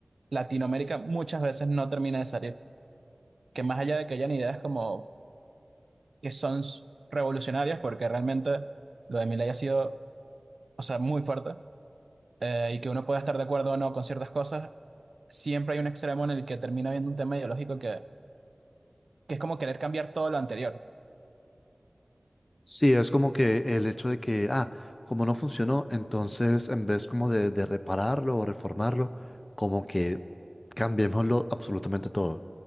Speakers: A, on the right; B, on the left.
A: Latinoamérica muchas veces no termina de salir. Que más allá de que hayan ideas como que son s- revolucionarias, porque realmente lo de Milei ha sido, o sea, muy fuerte, eh, y que uno pueda estar de acuerdo o no con ciertas cosas, siempre hay un extremo en el que termina habiendo un tema ideológico que, que es como querer cambiar todo lo anterior.
B: Sí, es como que el hecho de que, ah, como no funcionó, entonces en vez como de, de repararlo o reformarlo, como que cambiémoslo absolutamente todo.